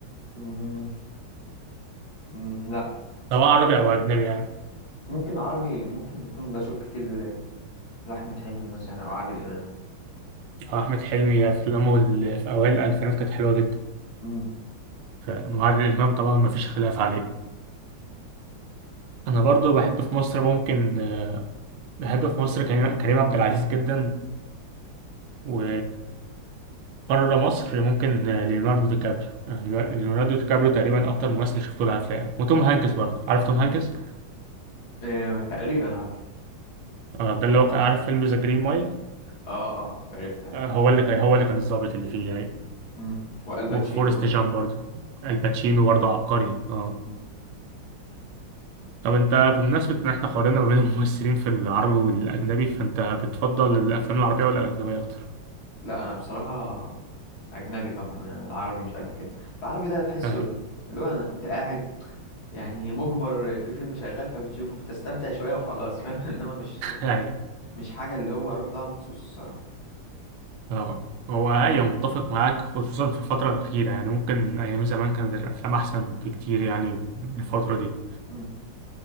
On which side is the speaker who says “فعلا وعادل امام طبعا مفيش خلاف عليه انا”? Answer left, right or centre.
Right